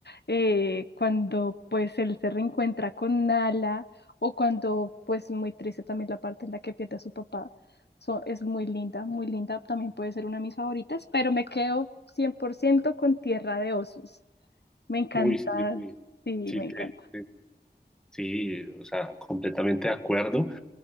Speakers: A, on the left (about 75°); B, in the centre.
A: eh, cuando pues él se reencuentra con Nala o cuando pues muy triste también la parte en la que pierde a su papá. So- es muy linda, muy linda, también puede ser una de mis favoritas, pero me quedo 100% con Tierra de Osos. Me encanta,
B: Uy, sí, sí,
A: sí,
B: sí,
A: me encanta.
B: te- te- sí, o sea, completamente de acuerdo.